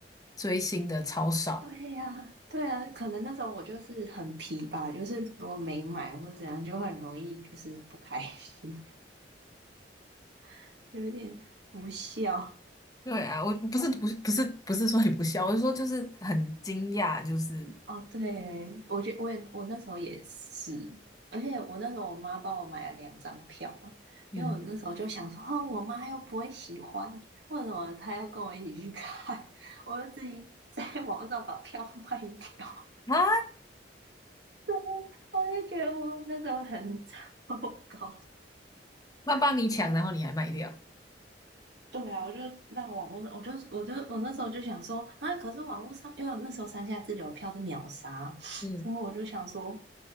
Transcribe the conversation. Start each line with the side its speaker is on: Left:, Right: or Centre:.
Left: 追星的超少诶。
Right: 对呀，对啊，可能那时候我就是很皮吧，就是如果没买或者怎样，就很容易就是不开心，<laughs> 有一点不孝。
Left: 对啊，我不是不是不是不是说你不孝，我是说就是很惊讶，就是
Right: 哦，对，我觉我也我那时候也是，而且我那时候我妈帮我买了两张票嘛，
Left: 嗯
Right: 因为我那时候就想说，哦，我妈又不会喜欢，为什么她要跟我一起去看？<laughs> 我就自己在 <laughs> 网上把票卖掉。
Left: 啊，
Right: <laughs> 对，我就觉得我那时候很 <laughs> 糟糕。
Left: 那帮你抢，
Right: <laughs> 我
Left: 然后你还卖掉，
Right: 对啊，我就让网络，我就我就我那时候就想说啊，可是网络上，因为那时候三下自由票是秒杀，
Left: 嗯
Right: 所以我就想说，